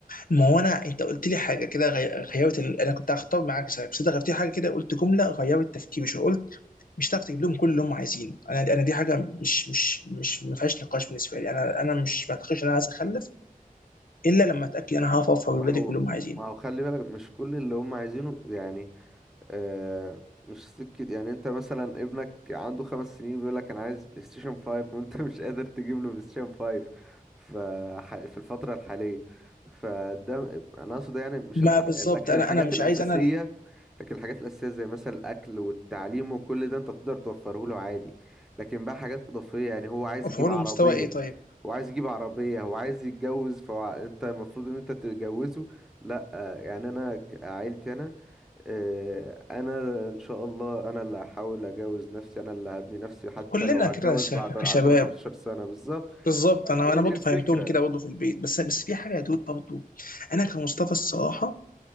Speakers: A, on the left (about 70°); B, in the centre.
A: ما هو انا انت قلت لي حاجه كده غي- غيرت ال... انا كنت هختار معاك سبب بس انت غيرت لي حاجه كده قلت جمله غيرت تفكيري شويه قلت مش هتعرف تجيب لهم كل اللي هم عايزينه انا انا دي حاجه مش مش مش ما فيهاش نقاش بالنسبه لي انا انا مش ما اعتقدش ان انا عايز اخلف الا لما اتاكد انا هعرف ارفع
B: ما
A: لاولادي
B: هو
A: كلهم عايزين
B: ما هو خلي بالك مش كل اللي هم عايزينه يعني آه مش سكة يعني انت مثلا ابنك عنده خمس سنين بيقول لك انا عايز بلاي ستيشن 5 <laughs> وانت مش قادر تجيب له بلاي ستيشن 5 ف في الفترة الحالية فده م- انا اقصد يعني مش
A: ما
B: الح...
A: بالظبط
B: لكن
A: انا
B: الحاجات
A: انا مش
B: الأساسية
A: عايز انا ال-
B: لكن الحاجات الأساسية زي مثلا الأكل والتعليم وكل ده انت تقدر توفره له عادي لكن بقى حاجات إضافية يعني هو عايز
A: ارفع
B: يجيب
A: له
B: عربية
A: مستوى ايه طيب
B: هو عايز يجيب عربية هو عايز يتجوز فانت المفروض ان انت تتجوزه لا آه، يعني انا ك- عيلتي انا آه، انا ان شاء الله انا اللي هحاول اجوز نفسي انا اللي هبني نفسي حتى
A: كلنا
B: لو هتجوز
A: كده ش-
B: بعد 10
A: كشباب
B: 15 سنة بالظبط
A: بالظبط انا
B: هي
A: انا برضه
B: دي الفكرة
A: فهمتهم كده برضه في البيت بس بس في حاجه يا دود برضه انا كمصطفى الصراحه